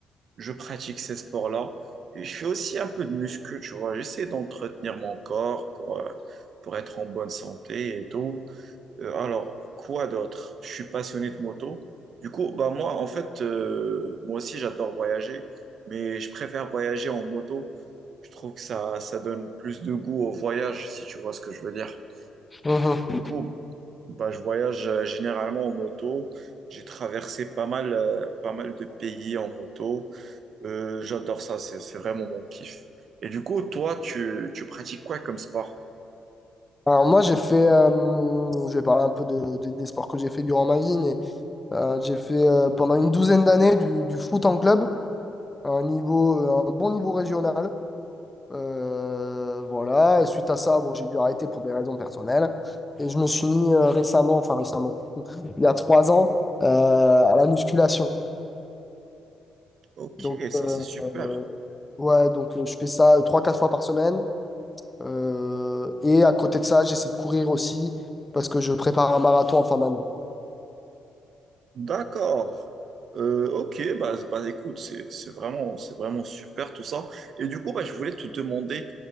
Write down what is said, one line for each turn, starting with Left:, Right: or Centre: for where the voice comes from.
Right: je pratique ces sports-là. Et je fais aussi un peu de muscu, tu vois. J'essaie d'entretenir mon corps pour, euh, pour être en bonne santé et tout. Euh, alors, quoi d'autre? Je suis passionné de moto. Du coup, bah moi, en fait, euh, moi aussi, j'adore voyager, mais je préfère voyager en moto. Je trouve que ça, ça donne plus de goût au voyage, si tu vois ce que je veux dire.
Left: Mhm.
Right: Du coup, bah, je voyage euh, généralement en moto. J'ai traversé pas mal, euh, pas mal de pays en moto. Euh, j'adore ça, c'est, c'est vraiment mon kiff. Et du coup, toi, tu, tu pratiques quoi comme sport?
Left: Alors moi j'ai fait, euh, je vais parler un peu de, de- des sports que j'ai fait durant ma vie, mais euh, j'ai fait euh, pendant une douzaine d'années du, du foot en club, à un niveau, euh, un bon niveau régional. Euh, voilà, Et suite à ça, bon, j'ai dû arrêter pour des raisons personnelles. Et je me suis mis euh, récemment, enfin récemment, il y a trois ans, euh, à la musculation.
Right: Ok,
Left: Donc
Right: ça
Left: euh,
Right: c'est super.
Left: euh, ouais, donc euh, je fais ça euh, trois, quatre fois par semaine. Euh, et à côté de ça, j'essaie de courir aussi parce que je prépare un marathon en fin d'année.
Right: D'accord. Euh, ok, bah, bah écoute, c'est, c'est vraiment, c'est vraiment super tout ça. Et du coup, bah, je voulais te demander,